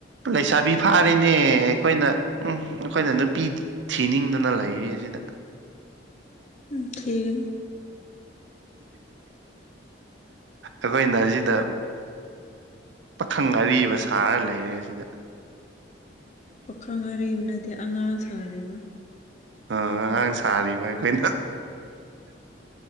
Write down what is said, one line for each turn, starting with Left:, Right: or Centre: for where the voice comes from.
Right: ꯂꯩꯁꯥꯕꯤ ꯐꯥꯔꯤꯅꯦ ꯑꯩꯈꯣꯏꯅ ꯎꯝ ꯑꯩꯈꯣꯏꯅ ꯅꯨꯄꯤ ꯊꯤꯅꯤꯡꯗꯅ ꯂꯩꯔꯤ ꯑꯁꯤꯗ
Left: ꯎꯝ ꯊꯤꯒꯥꯅꯨ
Right: ꯑꯈꯣꯏꯅ ꯑꯖꯤꯗꯥ ꯄꯥꯈꯪ ꯑꯔꯤꯕ ꯁꯥꯔ ꯂꯩꯔꯦ ꯁꯤꯗꯥ
Left: ꯄꯥꯈꯪ ꯑꯔꯤꯕꯅꯗꯤ ꯑꯉꯥꯡ ꯁꯥꯔꯤꯕ
Right: ꯑꯥ ꯑꯉꯥꯡ ꯁꯥꯔꯤꯕ ꯑꯩꯈꯣꯏꯅ